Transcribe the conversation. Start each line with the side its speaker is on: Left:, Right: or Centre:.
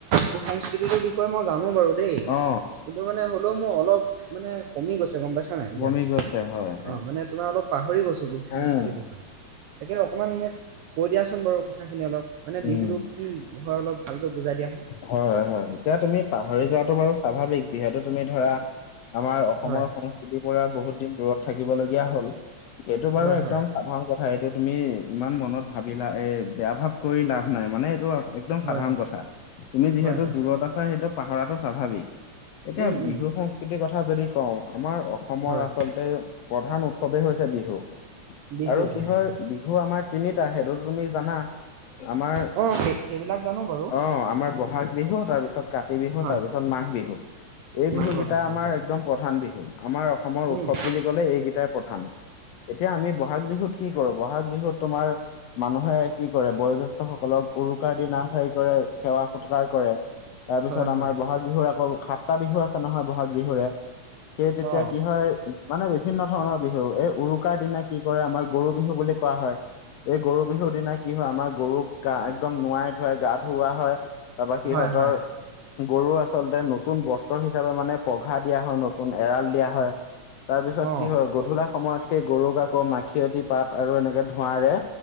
Right: লোক সংস্কৃতিটোৰ বিষয়ে মই জানো বাৰু দেই
Left: অ
Right: কিন্তু মানে হ'লেও মোৰ অলপ মানে কমি গৈছে গম পাইছা নাই
Left: বমি
Right: জ্ঞানটো,
Left: গৈছে হয়
Right: অ,
Left: হয়
Right: মানে তোমাৰ অলপ পাহৰি গৈছো সংস্কৃতিৰ
Left: উম
Right: বিষয়ে তাকে অকণমান মোক কৈ দিয়াচোন বাৰু কথাখিনি অলপ মানে বিহুতো
Left: উম
Right: কি হয় অলপ ভালকৈ বুজাই দিয়া
Left: হয়-হয় হয় এতিয়া তুমি পাহৰি যোৱাটো বাৰু স্বাভাৱিক যিহেতু তুমি ধৰা আমাৰ অসমৰ
Right: হয়
Left: সংস্কৃতিৰ পৰা বহুত দিন দূৰত থাকিবলগীয়া হ'ল সেইটো বাৰু
Right: হয়
Left: একদম
Right: হয়
Left: সাধাৰণ কথা এইটো তুমি ইমান মনত ভাবিলা এ বেয়া ভাৱ কৰি লাভ নাই মানে এইটো একদম
Right: হয়
Left: সাধাৰণ
Right: হয়
Left: কথা। তুমি যিহেতু
Right: হয় হয়
Left: দূৰত আছা সেইটো পাহৰাটো স্বাভাৱিক। এতিয়া
Right: উম উম
Left: বিহু সংস্কৃতি সংস্কৃতিৰ কথা যদি কও আমাৰ অসমৰ
Right: হয়
Left: আচলতে প্ৰধান উৎসৱেই হৈছে বিহু
Right: বিহু
Left: আৰু কি
Right: - বিহু।
Left: হয় বিহু আমাৰ তিনিটা সেইটো তুমি জানা। আমাৰ
Right: অ সেই সেইবিলাক জানো বাৰু
Left: অ' আমাৰ ব'হাগ বিহু, তাৰপিছত কাতি বিহু,
Right: হয়
Left: তাৰ পিছত মাঘ বিহু। এই
Right: মাঘৰ
Left: বিহু কেইটা আমাৰ
Right: হয়
Left: একদম প্ৰধান বিহু আমাৰ অসমৰ উৎসৱ
Right: উম
Left: বুলি ক'লে এইকেইটাৰ প্ৰধান, এতিয়া আমি বহাগ বিহুত কি কৰো বহাগ বিহুত তোমাৰ মানুহে কি কৰে বয়োজ্যেষ্ঠ সকলক উৰুকাৰ দিনা হেৰি কৰে সেৱা সৎকাৰ কৰে তাৰ পিছত
Right: হয়
Left: আমাৰ
Right: হয়
Left: বহাগ বিহুৰ আকৌ সাতটা বিহু আছে নহয় বহাগ বিহুৰে সেই তেতিয়া
Right: অ
Left: কি হয় মানে বিভিন্ন ধৰণৰ বিহু এই উৰুকাৰ দিনা কি কৰে আমাৰ গৰু বিহু বুলি কোৱা হয়। এই গৰু বিহুৰ দিনা কি হয় আমাৰ গৰুক গা একদম নোৱাই ধুৱাই গা ধুওৱা হয়। তাৰপা সিহঁতৰ
Right: হয় হয়
Left: গৰু আচলতে নতুন বস্ত্ৰ হিচাপে মানে পঘা দিয়া হয় নতুন এৰাল দিয়া হয়। তাৰ পিছত
Right: অ
Left: কি হয় গধূলা সময়ত সেই গৰুক আকৌ মাখিয়তী পাত আৰু এনেকে ধোঁৱাৰে